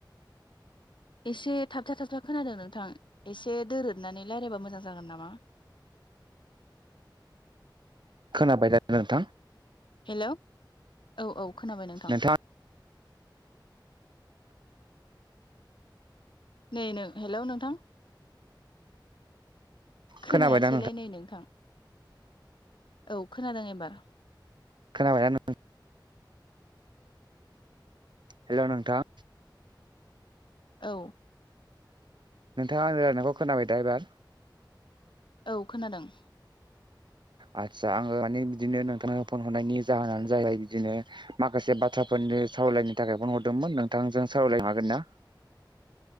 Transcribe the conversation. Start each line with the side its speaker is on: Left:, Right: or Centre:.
Left: एसे थाबथा-थाबथा खोनादों नों थां एसे दोरोदनानै रायलायबा मोजां जागोन नामा।
Right: खोनाबायना नोंथां?
Left: हेल' औ औ खोनाबाय नोंथां
Right: नोंथाङा
Left: नै नो हेल' नोंथां?
Right: खोनाबाय
Left: खोनायासैलाय
Right: दा
Left: नै नोंथां? औ खोनादों एबार
Right: खोनाबायना नों हेल' नोंथां
Left: औ
Right: नोंथाङा आंनि रायलानायखौ खोनाबायदा एबार
Left: औ खोनादों
Right: आदसा आङो माने बिदिनो नोंथांनो फन हरनायनि जाहोनानो जाहैबाय बिदिनो माखासे बाथ्रा फोरनि सावरायायनो थाखाय फन हरदोंमोन नोंथांजों सावरायलायनो हागोन ना।